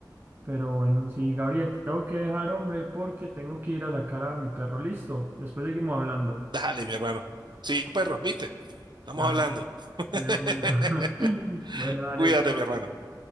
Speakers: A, on the right (about 30°); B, on the right (about 75°).
A: Pero bueno, sí, Gabriel, te tengo que dejar, hombre, porque tengo que ir a sacar a mi perro. Listo. Después seguimos hablando.
B: Dale, mi hermano. Sí, perros, ¿viste? Estamos
A: Dale.
B: hablando. <laughs>
A: de una. <laughs> Bueno, dale,
B: Cuídate,
A: chao.
B: mi hermano.